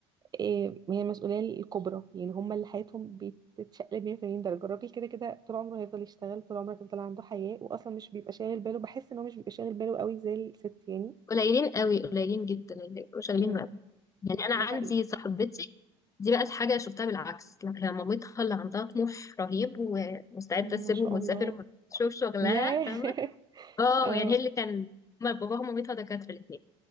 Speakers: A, on the right (about 30°); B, on the left (about 25°).
A: إيه هي المسؤوليه الكبرى يعني هم اللي حياتهم بتتشقلب 180 درجه الراجل كده كده طول عمره هيفضل يشتغل طول عمره هيفضل عنده حياه واصلا مش بيبقى شاغل باله بحس ان هو مش بيبقى شاغل باله قوي زي الست يعني
B: قليلين قوي قليلين جدا اللي بيبقوا شغالين
A: امم
B: بقى يعني انا عندي
A: ده حقيقي
B: صاحبتي دي بقت حاجة شفتها بالعكس لا هي مامتها اللي عندها طموح رهيب ومستعدة
A: مم،
B: تسيبهم
A: ما شاء
B: وتسافر
A: الله
B: وتشوف شغلها
A: ياه
B: فاهمة
A: <laughs>
B: اه
A: اه
B: يعني هي اللي كان هما باباها ومامتها دكاترة الاتنين